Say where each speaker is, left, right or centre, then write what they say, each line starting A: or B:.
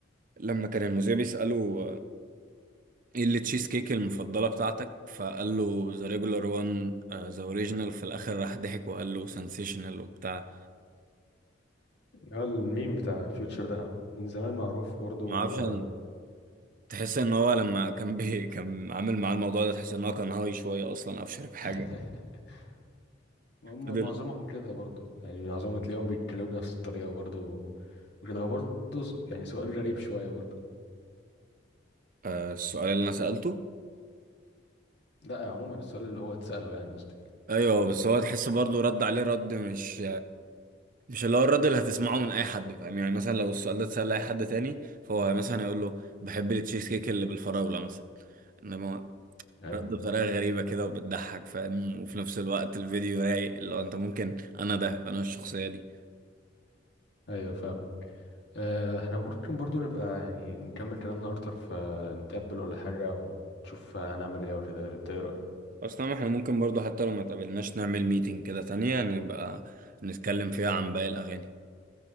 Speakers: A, on the right (about 45°); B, on the left (about 65°).
A: لما كان المذيع بيسأله ايه اللي تشيز كيك المفضلة بتاعتك فقال له ذا ريجولار وان ذا اوريجينال في الاخر راح ضحك وقال له سنسيشنال وبتاع
B: هو الميم بتاع فيوتشر ده من زمان معروف برضو
A: ما اعرفش
B: آه،
A: أن- تحس ان هو لما كان بي <laughs> كان عامل معاه الموضوع ده تحس ان هو كان هاي شوية اصلا او شارب حاجة
B: <laughs> هم
A: فضل
B: معظمهم كده برضو يعني معظمهم تلاقيهم بيتكلموا بنفس الطريقه برضو وكده هو برضو س- يعني سؤال غريب شويه برضو
A: آه السؤال اللي انا سألته
B: لا عموما السؤال اللي هو اتساله يعني قصدي
A: ايوه بس هو تحس برضه رد عليه رد مش مش اللي هو الرد اللي هتسمعه من اي حد فاهم يعني مثلا لو السؤال ده اتسأل لاي حد تاني فهو مثلا يقول له بحب التشيز كيك اللي بالفراولة مثلا انما
B: ايوه
A: رد بطريقة غريبة كده وبتضحك فاهم وفي نفس الوقت الفيديو رايق اللي هو انت ممكن انا ده انا الشخصية دي
B: ايوه فاهم آه، احنا ممكن برضو نبقى يعني نكمل كلامنا اكتر فنتقابل ولا حاجة ونشوف هنعمل ايه وكده إنت ايه رأيك
A: اصلا احنا ممكن برضو حتى لو ما تقابلناش نعمل ميتنج كده تانية نبقى نتكلم فيها عن باقي الاغاني